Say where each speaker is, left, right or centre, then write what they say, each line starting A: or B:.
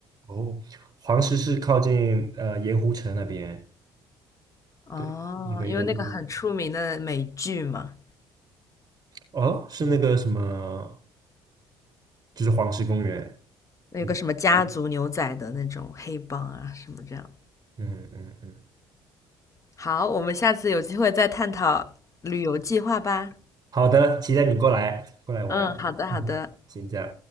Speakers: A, on the right (about 35°); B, on the left (about 30°).
A: 哦，黄石是靠近呃盐湖城那边，
B: 哦？
A: 对，那个有有
B: 因为那个很出名的美剧嘛，
A: 哦，是那个什么，就是黄石公园。
B: 有个什么家族牛仔的那种黑帮啊，
A: 嗯
B: 什么这样。
A: 嗯嗯嗯，
B: 好，我们下次有机会再探讨旅游计划吧。
A: 好的，期待你过来过来玩。
B: 嗯，好的，
A: <laughs>
B: 好的。
A: 嗯哼，先这样。